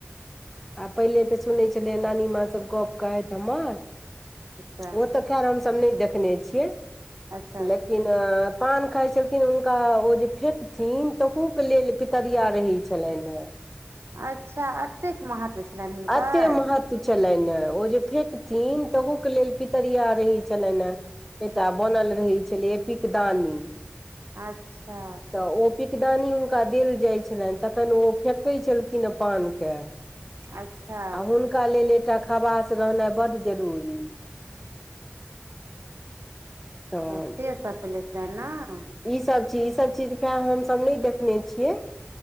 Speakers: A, in the centre; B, on the right.
A: आ पहिले तऽ सुनै छलियै नानी माँ सब गप कहैत हमर
B: अच्छा
A: ओ तऽ खैर हम सब नहि देखने छियै
B: अच्छा अच्छा
A: लेकिन पान खाय छलखिन हुनका ओ जे फेेकथिन तहू के लेल पितरिया रहै छलनि ह
B: अच्छा एतेक महत्व छलनि हुनकर
A: एते महत्व छलनि हे ओ जे फेेकथिन तहूके लेल पितरिया रहै छलनि ह एकटा बनल रहै छलै ए पिकदानी
B: अच्छा
A: तऽ ओ पिक पीकदानी हुनका देल जाइत छलनि तखन ओ फेेकैत छलखिने पान के
B: अच्छा
A: आ हुनका लेल एकटा खवास रहनाइ बड जरूरी तऽ
B: त से सब प ले छै ने <unintelligible>
A: ई सब चीज ई सब चीज खेर हमसब नहि देखने छियै